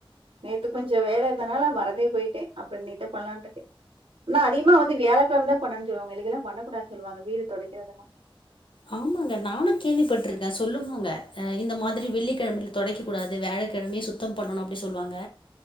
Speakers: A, on the right (about 80°); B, on the left (about 65°).
A: நேத்து கொஞ்ச வேலயிருந்தனால மறந்தே போயிட்டே அப்பற இன்னைக்குதா பண்லான்ட்ருக்கே ஆனா அதிகமா வந்து வியாழக்கெழம தா பண்ணனுன் சொல்லுவாங்க இல்லிங்களா பண்ணக்கூடா சொல்லுவாங்க வீடு தொடைக்கிறதெல்லா
B: ஆமாங்க நானு கேள்விப்பட்டுருக்கே சொல்லுவாங்க அ இந்த மாதிரி வெள்ளிக்கெழமயில தொடைக்க கூடாது வியாழக்கெழமையே சுத்தம் பண்ணணு அப்டினு சொல்லுவாங்க